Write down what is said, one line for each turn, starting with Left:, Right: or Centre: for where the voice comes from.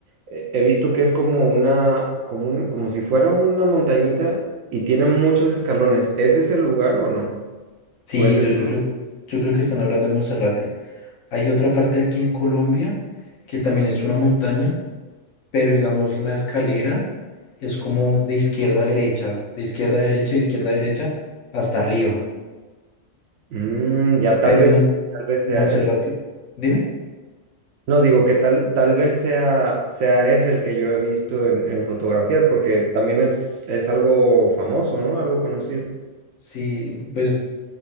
Right: eh, he visto que es como una, como un- como si fuera una montañita y tiene muchos escalones. ¿Es ese el lugar o no?
Left: Sí,
Right: ¿O es ese-
Left: yo, yo creo, yo creo que están hablando de Monserrate. Hay otra parte aquí en Colombia que también es una montaña, pero digamos la escalera es como de izquierda a derecha, de izquierda a derecha, de izquierda a derecha, hasta arriba.
Right: Mm, ya tal
Left: Pero
Right: vez,
Left: Mon-
Right: tal vez sea
Left: Montserrat,
Right: ese.
Left: dime,
Right: No, digo que tal, tal vez sea, sea ese el que yo he visto en, en fotografías, porque también es, es algo famoso, ¿no? Algo conocido.
Left: si pues